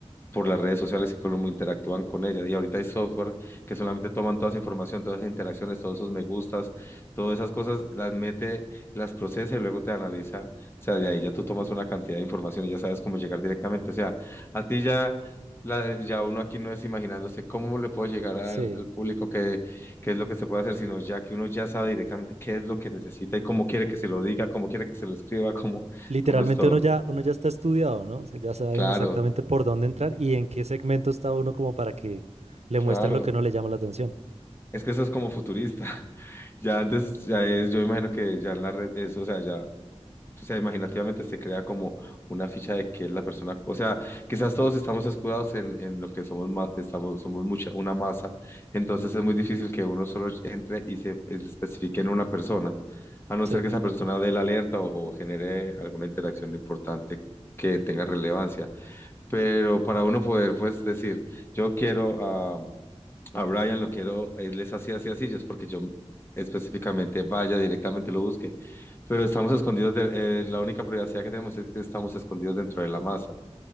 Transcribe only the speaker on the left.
por las redes sociales y cómo interactúan con ella. Y ahorita hay software que solamente toman toda esa información, todas esas interacciones, todos esos me gustas, todas esas cosas, las mete, las procesa y luego te analiza. O sea, de ahí ya tú tomas una cantidad de información y ya sabes cómo llegar directamente. O sea, a ti ya... la- ya uno aquí no es imaginándose cómo le puedo llegar al,
al público, qué, qué es lo que se puede hacer, sino ya que uno ya sabe directamente qué es lo que necesita y cómo quiere que se lo diga, cómo quiere que se lo escriba, cómo,
cómo es todo.
Claro,
claro.
Es que eso es como futurista. <laughs> Ya antes, ya es, yo imagino que ya en la red, eso, o sea, ya, o sea, imaginativamente se crea como una ficha de que es la persona, o sea, quizás todos estamos escudados en, en lo que somos, ma- estamos, somos mucha, una masa, entonces es muy difícil que uno solo entre y se especifique en una persona, a no
ser que esa persona dé la alerta o, o genere alguna interacción importante que tenga relevancia. Pero para uno poder, pues, decir, yo quiero ah, a Brian lo quiero, él es así, así, así, yo es porque yo específicamente vaya directamente lo busque. Pero estamos escondidos, de, eh, la única privacidad que tenemos es que estamos escondidos dentro de la masa,